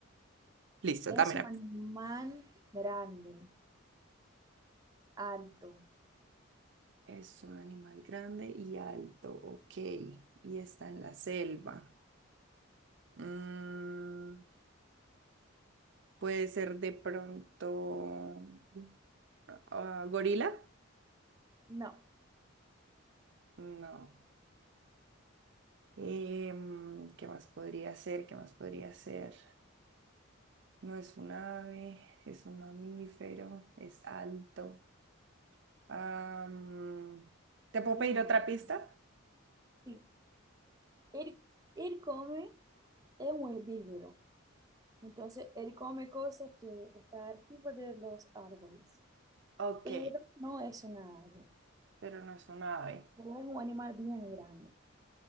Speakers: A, on the right; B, on the right.
A: Listo,
B: es
A: dame una
B: un animal
A: pista.
B: grande, alto.
A: Es un animal grande y alto, ok. Y está en la selva. Mm. Puede ser de pronto ah, gorila.
B: No,
A: No. Em, ¿qué más podría ser? ¿Qué más podría ser? No es un ave, es un mamífero, es alto. Am, ¿te
B: bien
A: puedo pedir otra
B: alto.
A: pista?
B: Sí, él, él come, es un herbívoro. Entonces, él come cosas que están arriba de los árboles.
A: Ok,
B: Pero no es una ave.
A: pero no es un ave.
B: O es un animal bien grande.